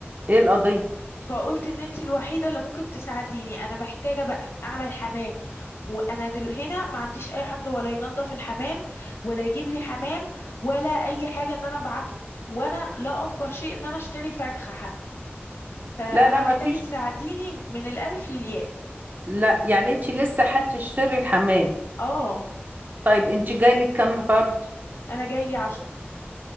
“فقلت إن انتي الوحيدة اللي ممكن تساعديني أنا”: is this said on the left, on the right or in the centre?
Left